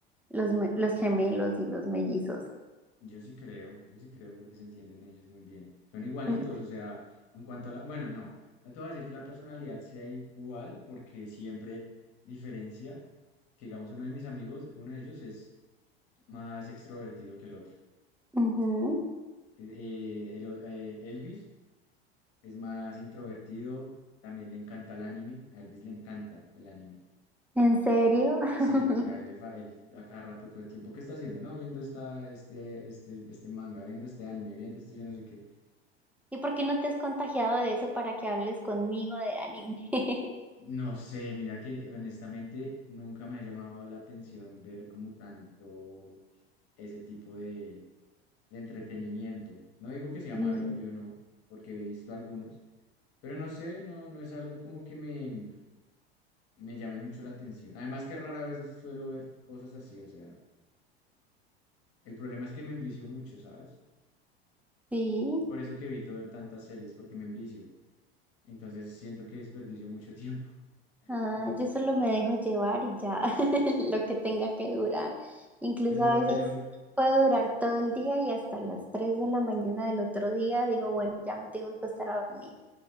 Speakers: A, in the centre; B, on the left.
A: los, me- los gemelos y los mellizos.
B: yo sí creo, yo sí creo porque se entienden ellos muy bien. Son igualitos,
A: Mm,
B: o sea, en cuanto a la, bueno, no, no te voy a decir que la personalidad sea igual, porque siempre diferencia, que digamos, uno de mis amigos, uno de ellos es más extrovertido que el otro.
A: ujú.
B: Eh, eh, el, o- eh, Elvis es más introvertido, también le encanta el anime, a Elvis le encanta el anime.
A: ¿En serio? <laughs>
B: Sí, a él, le fa- él a cada rato todo el tiempo, ¿qué está haciendo? No, viendo esta, este, este, este manga, viendo este anime, viendo esto, yo no sé qué.
A: ¿Y por qué no te has contagiado de eso para que hables conmigo de anime? <laughs>
B: No sé, mira que honestamente nunca me ha llamado la atención ver como tanto ese tipo de, de entretenimiento. No digo que sea
A: Mm.
B: malo, yo no, porque he visto algunos, pero no sé, no, no es algo como que me, me llame mucho la atención. Además que rara vez suelo ver cosas así, o sea, el problema es que me envicio mucho, ¿sabes?
A: Sí.
B: Por eso que evito ver tantas series, porque me envicio. Entonces siento que desperdicio mucho tiempo.
A: Ah,
B: <laughs> O sea,
A: yo solo me dejo llevar y ya <laughs> lo que tenga que durar. Incluso
B: yo solo
A: a veces
B: me dejo
A: puedo durar todo el día y hasta las 3 de la mañana del otro día digo, bueno, ya me tengo que acostar a dormir.